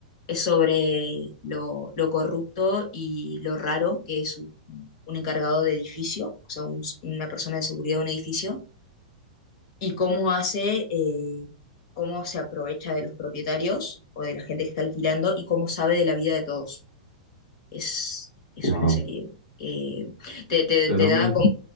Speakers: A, on the left (about 60°); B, on the left (about 75°).
A: Es sobre lo, lo corrupto y lo raro que es un, un encargado de edificio, o sea, un- una persona de seguridad de un edificio, y cómo hace, eh, cómo se aprovecha de los propietarios o de la gente que está alquilando y cómo sabe de la vida de todos. Es, es
B: Wow.
A: una serie. eh, te, te,
B: Suena
A: te da
B: muy,
A: como-